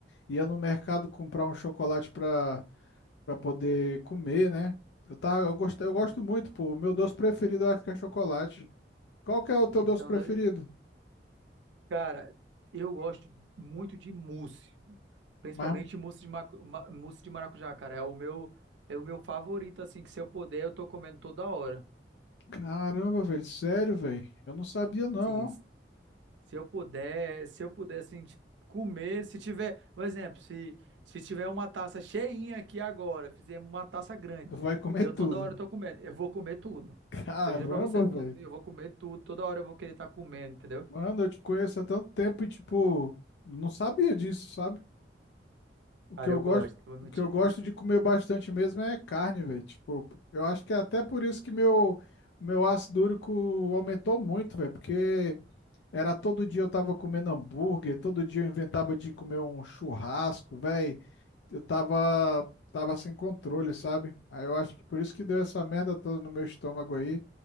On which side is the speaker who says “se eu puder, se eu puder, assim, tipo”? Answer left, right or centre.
Right